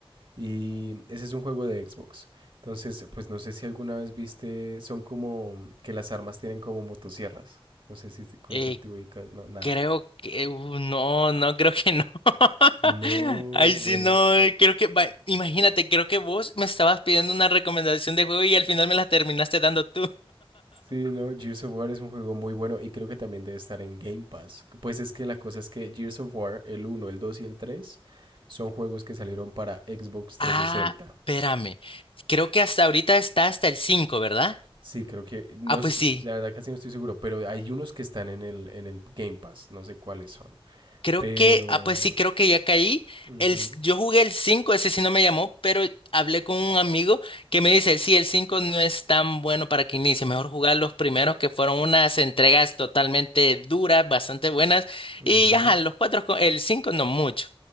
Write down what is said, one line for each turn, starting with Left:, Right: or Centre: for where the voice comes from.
Right: Y ese es un juego de Xbox. Entonces, pues no sé si alguna vez viste, son como que las armas tienen como motosierras. No sé si si con
Left: Eh,
Right: eso te ubicas, no, nada.
Left: Creo que uh, no, no creo que no. <laughs>
Right: No,
Left: ay sí
Right: bueno.
Left: no, eh, creo que va- imagínate, creo que vos me estabas pidiendo una recomendación de juego y al final me la terminaste dando tú.
Right: Sí, no, Gears of War es un juego muy bueno y creo que también debe estar en Game Pass. Pues es que la cosa es que Gears of War, el uno, el 2 y el 3, son juegos que salieron para Xbox trescientos
Left: Ah,
Right: sesenta.
Left: espérame. Creo que hasta ahorita está hasta el cinco ¿verdad?
Right: Sí, creo que, no,
Left: Ah,
Right: s-
Left: pues sí,
Right: eh, la verdad casi no estoy seguro, pero hay unos que están en el, en el Game Pass, no sé cuáles son.
Left: Creo
Right: Pero...
Left: que, ah, pues sí, creo que ya caí.
Right: ujú,
Left: El, s- yo jugué el cinco ese sí no me llamó, pero hablé con un amigo que me dice, sí, el 5 no es tan bueno para que inicie, mejor jugar los primeros que fueron unas entregas totalmente duras, bastante buenas,
Right: ujú.
Left: y ajá, los cuatro, co- el 5 no mucho.